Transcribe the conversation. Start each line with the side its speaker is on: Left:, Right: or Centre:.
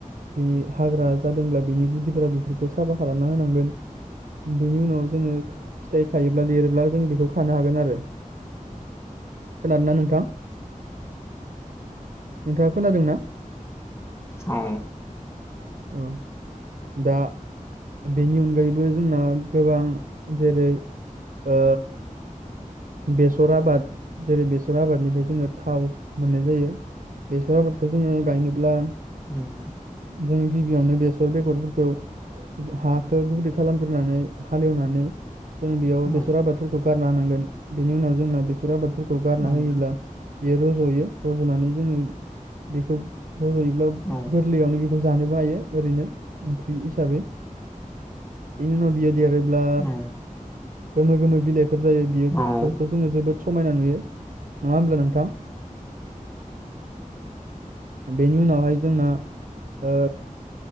Right: बि हाग्रा जादोंब्ला बिनि गुदिफोरा बेफोर खौ साफा खालामना होनांगोन बेनि उनाव जोङो फिथाइ थायोब्ला देरोब्ला जों बेखौ खानो हागोन आरो। खोनादोंना नों नोंथाङा खोनादों ना?
Left: औ
Right: औ दा बेनि अनगायैबो जोंना गोबां जेरै ओ बेसर आबाद जेरै बेसर आबादनिफ्राय जोङो थाव मोननाय जायो। बेसर आबादखौ जोङो गायनोब्ला
Left: उम उम
Right: जों गिबियावनो बेसर बेगरफोरखौ हाखौ गुरै खालामग्रोनानै हालेवनानै जों बेयाव
Left: औ
Right: बेसर आबादफोरखौ गार लानांगोन। बेनि उनाव जोंना बे सर आबादफोरखौ गारना
Left: उम
Right: होयोब्ला बेयो रज'यो रज'नानै जोङो बेखौ रज'योब्ला
Left: औ उम
Right: गोरलैयावनो बे खौ जानोबो हायो ओरैनो ओंख्रि हिसाबै बेनि उनाव बियो देरो अब्ला
Left: औ
Right: गोमो गोमो बिलाइ फोर जायो बेखौथ
Left: औ औ
Right: जों जोबोद समायना नुयो नङा होमब्ला नों थां। बेनि उनावहाय जोंना ओ